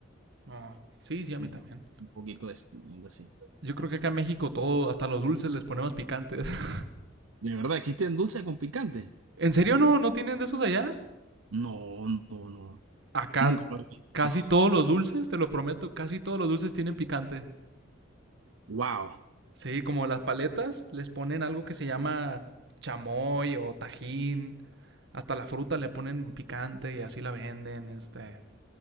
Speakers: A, on the right; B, on the right.
A: No. Sí, sí, a mí
B: Un
A: también.
B: un poquito de de así.
A: Yo creo que acá en México todo, hasta los dulces les ponemos picantes. <laughs>
B: ¿De verdad existen dulces con picante?
A: ¿En serio no, no tienen de esos allá?
B: No, no, no.
A: Acá
B: Nunca lo he visto.
A: casi
B: <laughs>
A: todos los dulces, te lo prometo, casi todos los dulces tienen picante.
B: Wow.
A: Sí, como las paletas les ponen algo que se llama chamoy o tajín. Hasta la fruta le ponen picante y así la venden, este.